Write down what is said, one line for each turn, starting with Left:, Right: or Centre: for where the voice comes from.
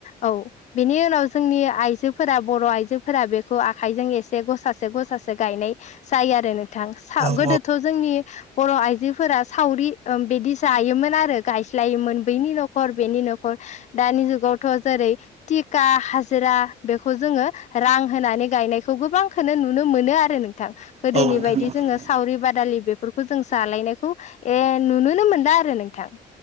Left: औ बेनि उनाव जोंनि आइजोफोरा बर' आइजोफोरा बेखौ आखाइजों एसे गसासे गसासे गायनाय जायो आरो नोंथां सा गोदोथ'
Right: औ
Left: जोंनि बर' आइजोफोरा सावरि ओ बिदि जायोमोन आरो गायस्लायोमोन बैनि न' खर बेनि न'खर दानि जुग गावथ' जेरै टिखा हाजिरा बेखौ जोङो रां होनानै गायनायखौ गोबां खो नुनो मोनो आरो नोंथां गोदोनि
Right: नोंथां
Left: बायदि
Right: औ
Left: जोङो
Right: नोंथां
Left: सावरि बादालि बेफोरखौ जों जालायनायखौ ए नुनोनो मोनला आरो नोंथां